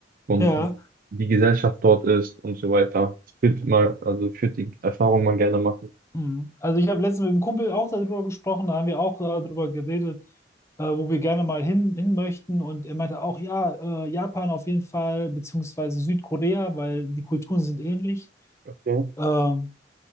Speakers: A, on the right; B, on the left.
A: und
B: Ja.
A: wie die Gesellschaft dort ist und so weiter. Ich würde mal, also ich würde die Erfahrung mal gerne machen.
B: Mhm. Also ich habe letztens mit einem Kumpel auch darüber gesprochen, da haben wir auch äh, darüber geredet, äh, wo wir gerne mal hin, hin möchten. Und er meinte auch, ja, äh, Japan auf jeden Fall, beziehungsweise Südkorea, weil die Kulturen sind ähnlich.
A: Okay.
B: Ähm,